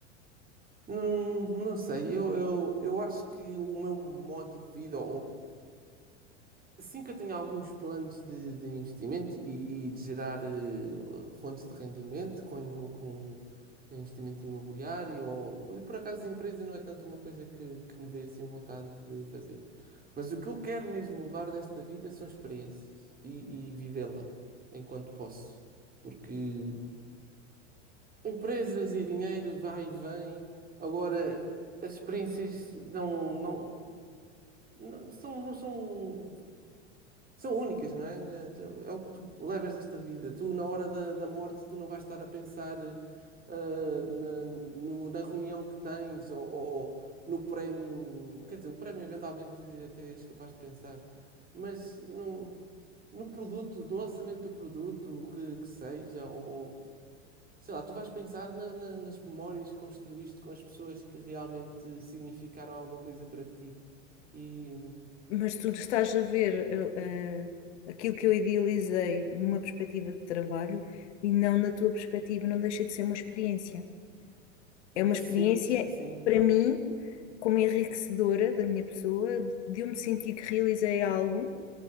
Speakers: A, on the right (about 25°); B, on the left (about 70°).
A: Não, não sei, eu, eu, eu acho que o meu modo de vida, Sim que eu tenho alguns planos de, de investimento e, e de gerar eh, fontes de rendimento com, com investimento imobiliário ou e por acaso a empresa não é tanto uma coisa que, que me dê assim vontade de fazer. Mas o que eu quero mesmo levar desta vida são experiências e, e vivê-la enquanto posso. Porque empresas e dinheiro vai e vem. Agora, as experiências não, não, não são, não são são únicas, não é? É tu- é o que tu levas desta vida. Tu, na hora da, da morte, tu não vais estar a pensar eh, na, no- na reunião que tens ou, ou ou no prémio. Quer dizer, o prémio eventualmente até és capaz de pensar, mas no, no produto, no lançamento do produto, o que, que seja, ou, ou, sei lá, tu vais pensar na- na- nas memórias que construíste com as pessoas que realmente significaram alguma coisa para ti. E
B: Mas tu estás a ver eh, eh, aquilo que eu idealizei numa perspectiva de trabalho e não na tua perspectiva, não deixa de ser uma experiência. É uma experiência,
A: sim, sim,
B: para mim, como enriquecedora da minha pessoa, de eu me sentir que realizei algo